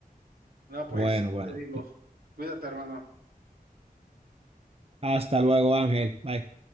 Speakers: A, on the right; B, on the right.
A: No, pues,
B: Bueno,
A: ¿qué
B: bueno.
A: te digo? Cuídate, hermano.
B: Hasta luego, Ángel. Bye.